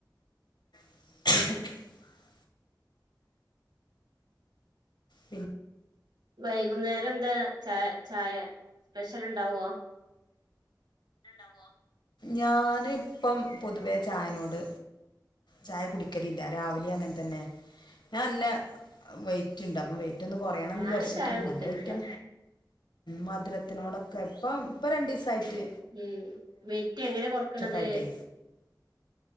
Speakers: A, on the left; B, on the right.
A: <inaudible> പിന്നെ
B: വൈകുന്നേരം എന്താ ചായ ചായ സ്പെഷ്യൽ ണ്ടാവോ
A: ഞാന് പ്പം പൊതുവേ ചായനോട് ചായ കുടിക്കലില്ല രാവിലെ അങ്ങനെ തന്നെ ഞാൻ നല്ല വെയ്റ്റ് ണ്ട് അപ്പൊ വെയ് റ്റ് ഒന്ന് കുറയണന്ന്
B: ഞാനും
A: വിചാരിച്ചിട്ട്
B: ചായ കുടിക്കലില്ല
A: നല്ല വെയ് മധുരത്തിനോടൊക്കെ ഇപ്പം ഇപ്പ രണ്ടീസായിട്ട്
B: ഉം വെയിറ്റെങ്ങനെ കൊറക്കണത്
A: ആയിട്ടേ